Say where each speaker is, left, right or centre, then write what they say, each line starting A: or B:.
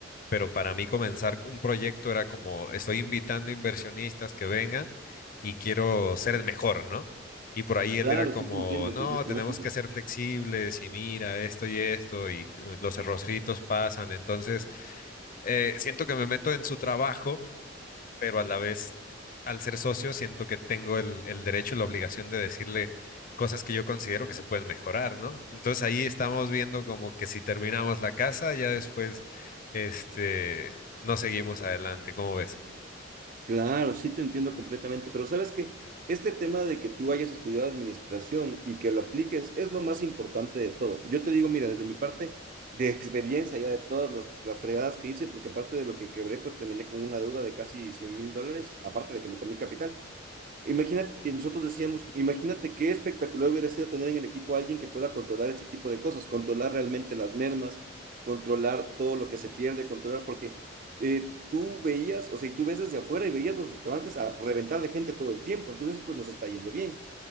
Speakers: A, on the left (about 45°); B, on the right (about 45°).
A: pero para mí comenzar un proyecto era como, estoy invitando inversionistas que vengan y quiero ser el mejor, ¿no? Y por ahí él
B: Claro,
A: era como,
B: sí te entiendo
A: no,
B: completamente.
A: tenemos que ser flexibles y mira esto y esto y eh, los errorcitos pasan. Entonces, eh, siento que me meto en su trabajo pero a la vez, al ser socio, siento que tengo el, el derecho y la obligación de decirle cosas que yo considero que se pueden mejorar, ¿no? Entonces ahí estamos viendo como que si terminamos la casa, ya después, este, no seguimos adelante, ¿cómo ves?
B: Claro, sí te entiendo completamente, pero sabes que este tema de que tú hayas estudiado administración y que lo apliques es lo más importante de todo. Yo te digo, mira, desde mi parte de experiencia, ya de todas las, las fregadas que hice, porque aparte de lo que quebré, pues terminé con una deuda de casi cien mil dólares, aparte de que me comí capital. Imagínate que nosotros decíamos, imagínate qué espectacular hubiera sido tener en el equipo a alguien que pueda controlar este tipo de cosas, controlar realmente las mermas, controlar todo lo que se pierde, controlar, porque eh, tú veías, o sea, y tú ves desde afuera y veías los restaurantes a reventar de gente todo el tiempo, entonces pues nos está yendo bien.